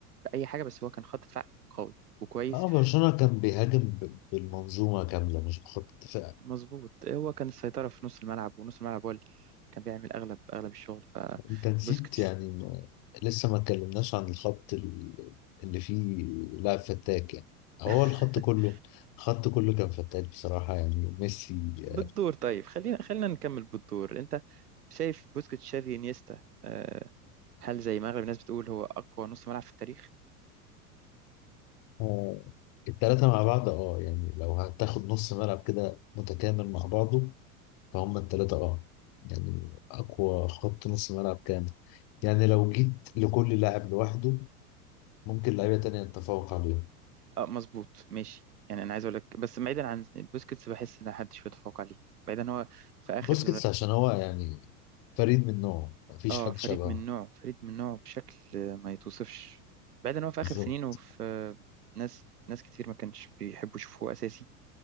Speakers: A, on the right; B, on the left.
A: اي حاجه بس هو كان خط دفاع قوي وكويس
B: اه برشلونة كان بيهاجم ب- بالمنظومة كاملة مش بخط دفاع
A: مظبوط هو كان السيطره في نص الملعب ونص الملعب هو اللي كان بيعمل اغلب اغلب الشغل فبوسكيتس
B: انت نسيت يعني ما- لسه ما اتكلمناش عن الخط ال- اللي فيه لاعب فتاك يعني هو
A: <laughs>
B: الخط كله الخط كله كان فتاك بصراحة يعني ميسي
A: بالدور
B: آه،
A: طيب خلينا خلينا نكمل بالدور انت شايف بوسكيتس شافي انيستا آه، هل زي ما اغلب الناس بتقول هو اقوى نص ملعب في التاريخ
B: آه، التلاتة مع بعض اه يعني لو هتاخد نص ملعب كده متكامل مع بعضه فهم التلاتة اه يعني أقوى خط نص ملعب كامل يعني لو جيت لكل لاعب لوحده ممكن لعيبة تانية نتفوق عليهم
A: اه مظبوط ماشي يعني انا عايز اقول لك بس بعيدا عن بوسكيتس بحس ان محدش بيتفوق عليه بعيدا إن هو في اخر
B: بوسكيتس عشان هو يعني فريد من نوعه مفيش
A: اه
B: حد
A: فريد
B: شبهه
A: من نوعه فريد من نوعه بشكل ما يتوصفش بعيدا إن هو في اخر
B: بالظبط
A: سنينه في ناس ناس كتير ما كانش بيحبوا يشوفوه اساسي